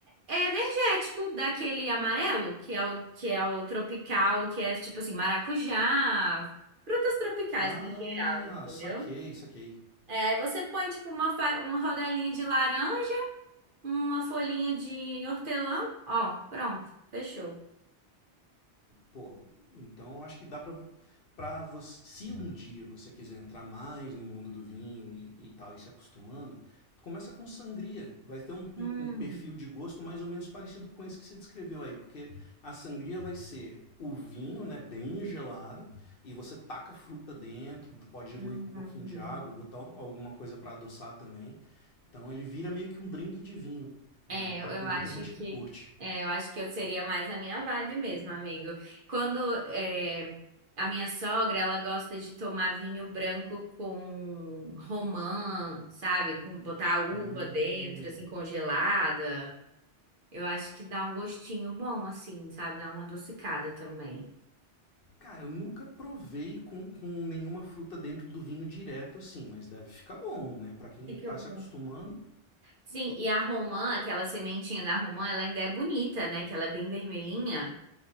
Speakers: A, on the right; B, on the left.
A: é energético, daquele amarelo, que é o, que é o tropical, que é tipo assim, maracujá, frutas tropicais
B: Ah,
A: no geral, entendeu?
B: saquei, saquei.
A: É, aí você põe tipo uma, fa- uma rodelinha de laranja, uma folhinha de hortelã, ó, pronto, fechou.
B: Pô, então acho que dá pra, pra você. Se um dia você quiser entrar mais no mundo do vinho e, e tal, e se acostumando, começa com sangria. Vai ter um,
A: Hum,
B: um- um perfil de gosto mais ou menos parecido com esse que você descreveu aí, porque a sangria vai ser o vinho, né, bem gelado, e você taca fruta dentro, pode diluir
A: uhum,
B: com um
A: uhum.
B: pouquinho de água, botar alguma coisa para adoçar também. Então ele vira meio que um drink de vinho,
A: É,
B: né? Então
A: eu eu
B: tem
A: acho
B: muita gente
A: que
B: que curte.
A: é, eu acho que eu seria mais a minha vibe mesmo, amigo. Quando é, a minha sogra, ela gosta de tomar vinho branco com romã, sabe? Com botar a uva
B: Hum.
A: dentro, assim, congelada. Eu acho que dá um gostinho bom, assim, sabe? Dá uma adocicada também.
B: Cara, eu nunca provei com, com nenhuma fruta dentro do vinho direto assim, mas deve ficar bom, né? Pra quem
A: Fica
B: tá
A: bom.
B: se acostumando.
A: Sim, e a romã, aquela sementinha da romã, ela ainda é bonita, né? Que ela é bem vermelhinha.